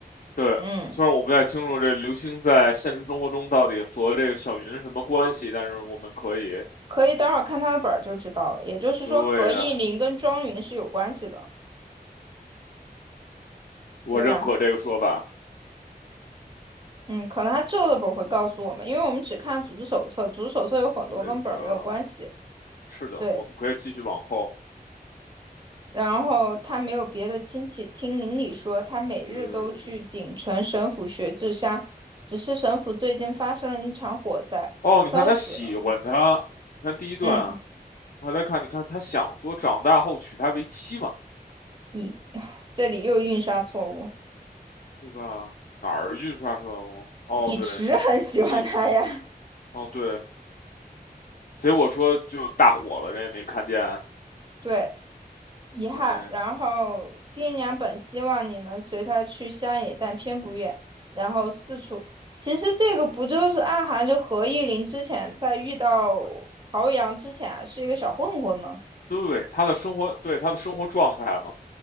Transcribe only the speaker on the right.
嗯，
可以等会儿看他的本儿就知道了。也就是说，
何应麟跟庄云是有关系的，
对吧？嗯，可能他旧的本儿会告诉我们，因为我们只看组织手册，组织手册有很多跟本儿没有关系。
对，
然后他没有别的亲戚，听邻里说他每日都去锦城神府学治伤。
只是神府最近发生了一场火灾，
烧死了。
嗯，
你 <sighs> 这里又印刷错误，
你只很喜欢他呀？
<laughs> 对，遗憾。
然后爹娘本希望你能随他去乡野，但偏不愿，然后四处。其实这个不就是暗含着何意林之前在遇到陶阳之前啊是一个小混混吗？